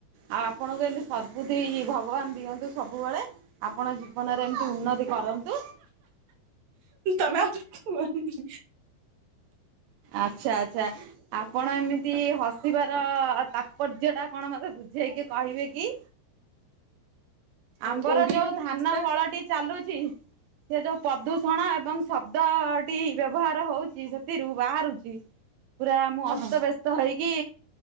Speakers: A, on the right (about 80°); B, on the right (about 60°).
A: ଆଉ ଆପଣଙ୍କୁ ଏମିତି ସଦ୍ବୁଦ୍ଧି ଭଗବାନ ଦିଅନ୍ତୁ ସବୁବେଳେ। ଆପଣ ଜୀବନରେ ଏମିତି ଉନ୍ନତି କରନ୍ତୁ।
B: ତମେ ଆଉ କୁହନି।
A: ଆଚ୍ଛା ଆଚ୍ଛା ଆପଣ ଏମିତି ହସିବାର ତାପ ପର୍ଯଯ୍ୟୟ ଟା କଣ ମତେ ବୁଝେଇକି କହିବେ କି?
B: ଆଉ
A: ଆମ୍ଭ
B: ଓଡିଆର
A: ର ଯୋଉ ଧାନ
B: ଭାଷା
A: କଳଟି ଚାଲୁଚି ସେ ଯୋଉ ପ୍ରଦୂଷଣ ଏବଂ ଶବ୍ଦଟି ବ୍ୟବହାର ହୋଉ ସେଥିରୁ ବାହାରୁଚି ପୁରା ମୁଁ ଅସ୍ତବ୍ୟସ୍ତ
B: ହଁ
A: ତ ହେଇକି